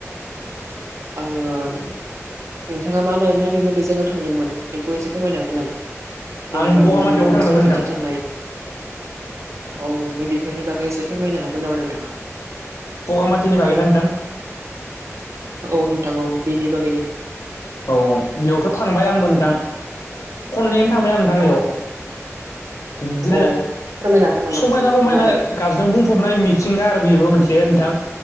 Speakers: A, on the right; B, on the left.
A: आङो नोंथाङा मा माबे माबे जायगायाव थांदोंमोन बेखौ एसे फोरमायनो हागोन नामा जेन'बा
B: आं बगामाथियावबो
A: बिदिनो जोंनि
B: थांदोंमोन
A: साखाथियाव
B: नोंथां
A: थानाय औ ब बेफोरनि बागै एसे फोरमायनो हागोन नामा नोंथाङा
B: बगामाथिनि बागैना नोंथां
A: औ नोंथां औ बेनि बागैनो
B: औ बेयावथ' थांबाय आंबो नोंथां खननैआनो थांबाय आं नोंथां नैयाव
A: औ
B: बिदिनो
A: औ फोरमायनो हागोन नामा
B: समायना
A: एसे
B: रमायना
A: गुवारै
B: गाबजों बुंफबनाय मिथिंगा आरो बेबो मोनसे जे नोंथां